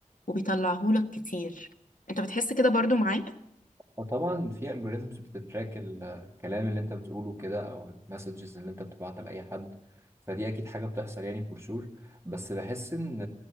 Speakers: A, on the left; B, on the right.
A: وبيطلعهولك كتير انت بتحس كده برضو معايا
B: فطبعا في algorithms بتتراك ال- الكلام اللي انت بتقوله كده او المسجز اللي انت بتبعتها لاي حد فدي اكيد حاجه بتحصل يعني for sure بس بحس ان